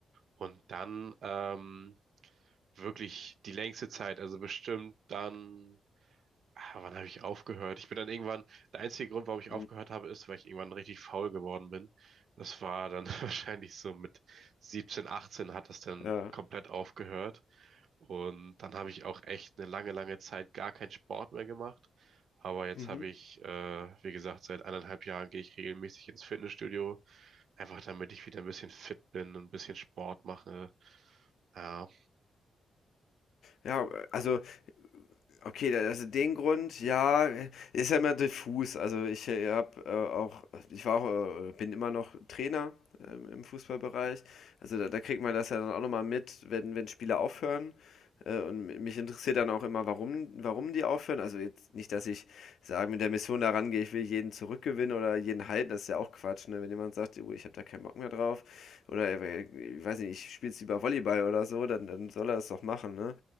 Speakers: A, on the right; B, on the left.
A: Und dann ähm, wirklich die längste Zeit, also bestimmt dann Ah, wann habe ich aufgehört? Ich bin dann irgendwann, der einzige Grund, warum ich
B: Hm.
A: aufgehört habe, ist, weil ich irgendwann richtig faul geworden bin. Das war dann <laughs> wahrscheinlich so mit 17, 18 hat das dann
B: Ja.
A: komplett aufgehört. Und dann habe ich auch echt eine lange, lange Zeit gar keinen Sport mehr gemacht. Aber jetzt
B: Mhm.
A: habe ich, äh, wie gesagt, seit eineinhalb Jahren gehe ich regelmäßig ins Fitnessstudio. Einfach damit ich wieder ein bisschen fit bin und ein bisschen Sport mache. Ja,
B: Ja, also Okay, da- also den Grund, ja, ist ja immer diffus. Also ich äh, hab, äh, auch, ich war auch, äh, bin immer noch Trainer ähm, im Fußballbereich. Also da, da kriegt man das ja dann auch nochmal mit, wenn, wenn Spieler aufhören. Äh, und mich interessiert dann auch immer, warum, warum die aufhören. Also jetzt nicht, dass ich sage, mit der Mission da rangehe, ich will jeden zurückgewinnen oder jeden halten, das ist ja auch Quatsch, ne? Wenn jemand sagt, "Oh, ich habe da keinen Bock mehr drauf oder äh, ich weiß nicht, ich spiele jetzt lieber Volleyball oder so, dann, dann soll er das doch machen, ne?